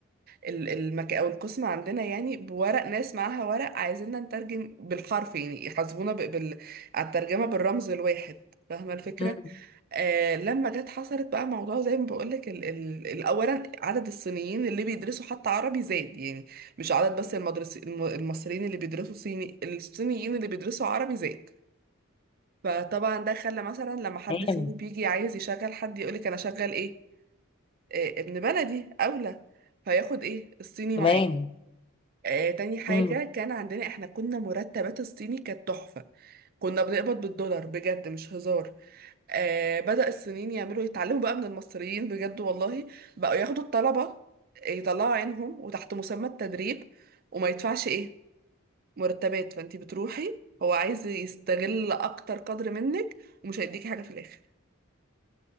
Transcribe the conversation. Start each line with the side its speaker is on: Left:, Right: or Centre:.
Right: ال- المك او القسم عندنا يعني بورق ناس معاها ورق عايزيننا نترجم بالحرف يعني يحاسبونا ب- بال على الترجمه بالرمز الواحد فاهمه الفكره
Left: مم.
Right: آه لما جت حصلت بقى موضوع زي ما بقولك ال ال ال- اولا عدد الصينيين اللي بيدرسوا حتى عربي زاد يعني مش عدد بس المدرس الم- المصريين اللي بيدرسوا صيني الصينيين اللي بيدرسوا عربي زاد فطبعا ده خلى مثلا لما حد
Left: تمام
Right: صيني بيجي عايز يشغل حد يقولك انا شغل ايه آه ابن بلدي اولى فياخد ايه الصيني
Left: تمام
Right: معاه آه تاني حاجة
Left: مم.
Right: كان عندنا احنا كنا مرتبات الصيني كانت تحفة كنا بنقبض بالدولار بجد مش هزار آه، بدأ الصينيين يعملوا يتعلموا بقى من المصريين بجد والله بقوا ياخدوا الطلبة يطلعوا عينهم وتحت مسمى التدريب وما يدفعش ايه مرتبات فانتي بتروحي هو عايز يستغل اكتر قدر منك ومش هيديكي حاجة في الاخر